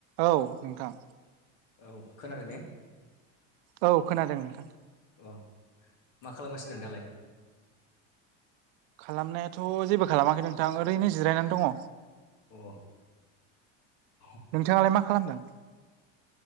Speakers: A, on the right; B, on the left.
A: औ नोंथां
B: औ खोनादों ने
A: औ खोनादों नोंथां
B: अ मा खालामगासिनो दं दालाय
A: खालामनायाथ' जेबो खालामाखै नोंथां ओरैनो जिरायनानै दङ
B: अ औ
A: नोंथाङालाय मा खालामदों